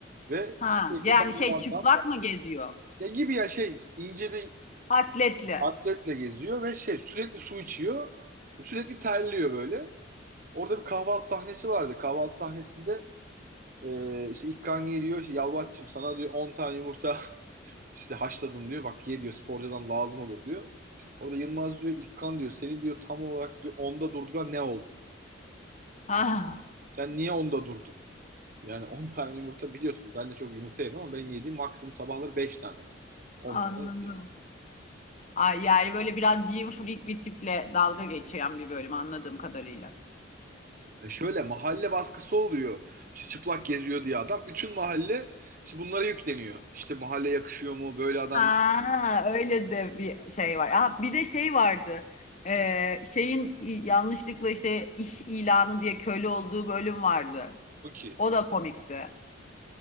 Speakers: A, on the right (about 45°); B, on the left (about 40°).
A: ve
B: Ha
A: sürekli
B: yani
A: dam
B: şey
A: dam
B: çıplak
A: dam.
B: mı geziyor?
A: Ya gibi ya şey ince bir
B: atletli
A: atletle geziyor ve şey sürekli su içiyor. Sürekli terliyor böyle. Orada bir kahvaltı sahnesi vardı. Kahvaltı sahnesinde e, işte ilk kan geliyor. Işte, Yalvaç'cığım sana diyor 10 tane yumurta <laughs> işte haşladım diyor. Bak ye diyor sporcudan lazım olur diyor. Orada Yılmaz diyor İlkan diyor seni diyor tam olarak diyor onda durduran ne oldu?
B: Ha
A: Sen niye onda durdun? Yani 10 tane yumurta biliyorsun. Ben de çok yumurta yerim ama benim yediğim maksimum sabahları beş tane. on
B: anladım.
A: tane yok yani.
B: Ay, yani böyle biraz gym freak bir tiple dalga geçen bir bölüm anladığım kadarıyla.
A: E şöyle mahalle baskısı oluyor. İşte çıplak geziyor diye adam. Bütün mahalle işte bunlara yükleniyor. İşte mahalle yakışıyor mu? Böyle adamlar.
B: Ha öyle de bir şey var. Ha, bir de şey vardı. Ee, şeyin i- yanlışlıkla işte iş ilanı diye köle olduğu bölüm vardı.
A: Cookie.
B: O da komikti.